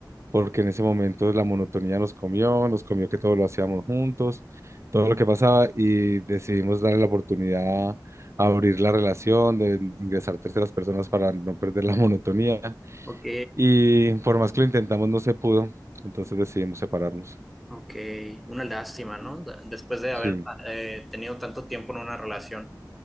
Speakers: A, on the right; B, in the centre.
A: porque en ese momento la monotonía nos comió, nos comió que todo lo hacíamos juntos, todo lo que pasaba y decidimos darle la oportunidad a abrir la relación, de ingresar terceras personas para no perder la monotonía.
B: Ok,
A: Y por más que lo intentamos, no se pudo. Entonces decidimos separarnos.
B: ok, una lástima, ¿no? De- Después de haber
A: Sí,
B: eh, tenido tanto tiempo en una relación,